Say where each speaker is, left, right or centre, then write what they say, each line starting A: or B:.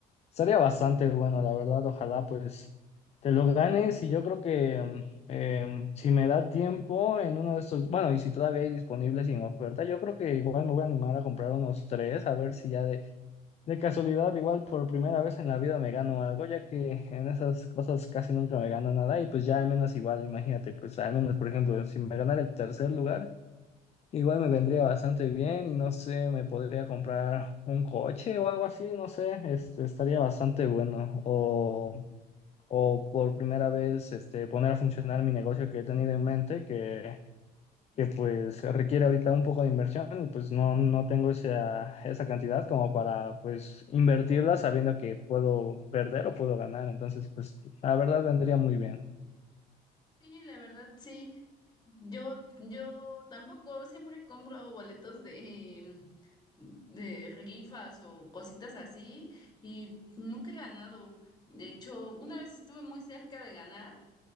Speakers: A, on the left; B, on the left.
A: estaría bastante bueno, la verdad. Ojalá, pues, te lo ganes. Y yo creo que mm, em, si me da tiempo en uno de estos, bueno, y si todavía hay disponibles sin oferta, yo creo que igual me voy a animar a comprar unos tres, a ver si ya de de casualidad, igual por primera vez en la vida me gano algo, ya que en esas cosas casi nunca me gano nada y pues ya al menos igual, imagínate, pues al menos por ejemplo, si me ganara el tercer lugar, igual me vendría bastante bien y no sé, me podría comprar un coche o algo así, no sé, este, estaría bastante bueno. O, o por primera vez este, poner a funcionar mi negocio que he tenido en mente, que que pues requiere ahorita un poco de inversión y pues no, no tengo esa, esa cantidad como para pues invertirla sabiendo que puedo perder o puedo ganar. Entonces, pues la verdad vendría muy bien.
B: Sí, la verdad, sí. Yo, yo tampoco siempre compro boletos de, em, de rifas o cositas así y nunca he ganado. De hecho, una vez estuve muy cerca de ganar,